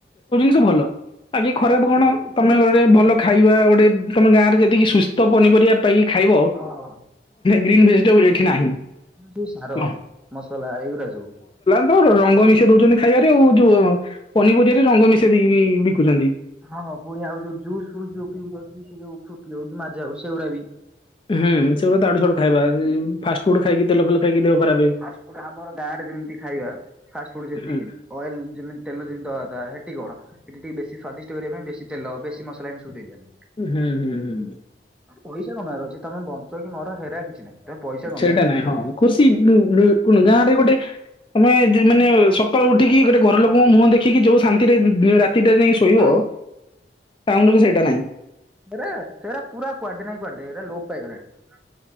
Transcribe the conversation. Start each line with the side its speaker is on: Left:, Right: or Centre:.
Left: ହଁ <unintelligible> ଭଲ ଆଗେ ଖରାପ
Centre: ହଁ
Left: ଭାବନା
Centre: ଗୋଟେ
Left: ତମେ ଗୋଟେ ଭଲ ଖାଇବା ଗୋଟେ ତମେ ଗାଁରେ ଯେତିକି ସୁସ୍ଥ ପନିପରିବା ପାଇକ ଖାଇବ
Centre: ହଁ।
Left: ଗ୍ରୀନ
Centre: ଏରା
Left: ଭେଜିଟେବଲ ଏଠି
Centre: ସବୁ
Left: ନାହିଁ।
Centre: ଏରା ସବୁ ସାର
Left: ନାଁ
Centre: ମସଲା ଏଇଗୁଡା ସବୁ
Left: ଆ ରଙ୍ଗ ମିଶେଇ ଦଉଛନ୍ତି ଖାଇବାରେ ଆଉ ଯୋଉ ପନିପରିବାରେ ରଙ୍ଗ ମିଶେଇ ଦେଇକି ବିକୁଛନ୍ତି।
Centre: ହଁ ପୁଣି ଆଉ ଯୋଉ ଜୁସ୍ସ୍ ଯୋଉ ପିଉ ସେ ଯୋଉ ଫୁଟି ହଉ କି ମାଝା ହଉ ସେଗୁଡା ବି
Left: ହୁଁ ସେ ଭୋଧେ ଇଆଡୁ ସିଆଡୁ ଖାଇବା ଫାଷ୍ଟ ଫୁଡ ଖାଇକି ତେଲ ଫଲ ଖାଇକି ଦେହ ଖରାପ।
Centre: ଫାଷ୍ଟଫୁଡ ଆମର ଗାଁ ରେ ଯେମିତି ଖାଇବା ଫାଷ୍ଟ ଫୁଡ ଯେତିକି
Left: ହୁଁ
Centre: ଅଏଲ ଯେମିତି ତେଲ ଯେମିତି ଦବା ସେଠି କଣ ଏଠ ଟିକେ ବେଶୀ ସ୍ଵାଦିଷ୍ଟ କରିବା ପାଇଁ ବେଶୀ ତେଲ ବେଶୀ ମସଲା ତ ଦେବେନି
Left: ହୁଁ ହୁଁ ହୁଁ
Centre: ପଇସା କମାର ଅଛି ତମେ ବଞ୍ଚ କି ମୋର ହେରା କିଛି ନାହିଁ। ତମେ ପଇସା କମେଇବାର
Left: ସେଇଟା ନାଇଁ
Centre: ଅଛି
Left: ହଁ
Centre: ସଇଲା।
Left: ଖୁସି ଗାଁ ରେ ଗୋଟେ ତମେ ମାନେ ସକାଳୁ ଉଠିକି ଗୋଟେ ଘର ଲୋକଙ୍କ ମୁହଁ ଦେଖିକି ଯୋଉ ଶାନ୍ତିରେ ରା କି ଡେବି ଶୋଇବ
Centre: ଆଉ
Left: ତାହଲେ ଵି ସେଇଟା ନାହିଁ।
Centre: ହେରା ସେରା ପୁରା କୁଆଡେ ନାହିଁ କୁଆଡେ ଏରା ଲୋପ ପାଇ ଗଲାଣି।